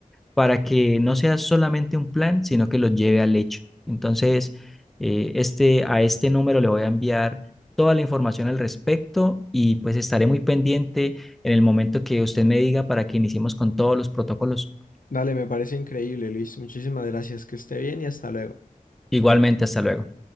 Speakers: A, in the centre; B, on the left (about 85°).
A: para que no sea solamente un plan, sino que lo lleve al hecho. Entonces, eh, este, a este número le voy a enviar toda la información al respecto y pues estaré muy pendiente en el momento que usted me diga para que iniciemos con todos los protocolos.
B: Dale, me parece increíble, Luis. Muchísimas gracias. Que esté bien y hasta luego.
A: Igualmente, hasta luego.